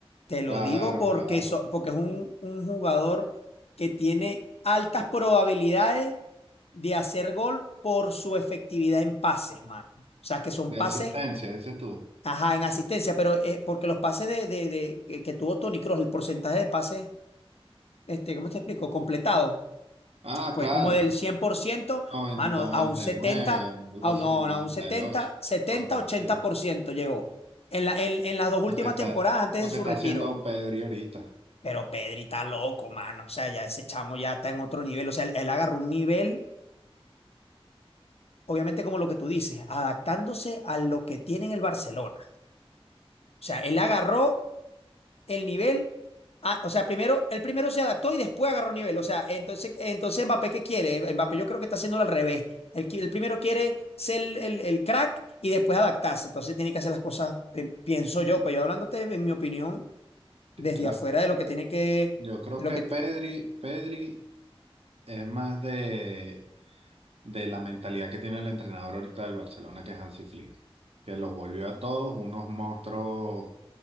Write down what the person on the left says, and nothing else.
te lo
digo porque,
so- porque es un, un jugador que tiene altas probabilidades de hacer gol por su efectividad en pases, mano. O sea, que son
pases,
ajá, en asistencia, pero eh, porque los pases de, de- de- que, que tuvo Toni Kroos, el porcentaje de pases, este, ¿cómo te explico? Completado,
fue
como del cien por ciento
mano,
a un setenta
a
un, no,
a un setenta setenta
ochenta por ciento llegó. En la, en, en las dos
últimas
temporadas antes
de
su
retiro.
Pero Pedri está loco, mano. O sea, ya ese chamo ya está en otro nivel. O sea, él, él agarró un nivel, obviamente como lo que tú dices, adaptándose a lo que tiene en el Barcelona. O sea, él agarró el nivel. ah, o sea, primero, él primero se adaptó y después agarró nivel. O sea, entonces, entonces Mbappé, ¿qué quiere? Mbappé yo creo que está haciéndolo al revés. Él, qui- él primero quiere ser el, el- el crack y después adaptarse. Entonces tiene que hacer las cosas, eh, pienso yo, pues yo hablándote, en mi opinión,
desde
afuera de lo que tiene que,
de
lo que
te-